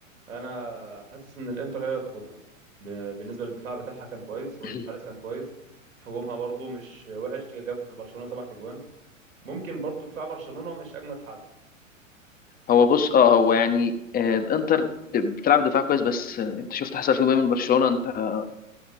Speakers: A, on the right (about 80°); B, on the left (about 20°).
A: انا حاسس ان الانتر هي اللي تاخدها ب- بالنسبه للدفاع بتاعها كان كويس والحارس
B: <clears throat>
A: كان كويس هجومها برضو مش وحش جاب في برشلونه سبع تجوان ممكن برضو دفاع برشلونه مش اجمد حاجه
B: هو بص اه هو يعني آه الانتر د- بتلعب دفاع كويس بس آه، انت شفت حصل فيهم ايه من برشلونه انت آه،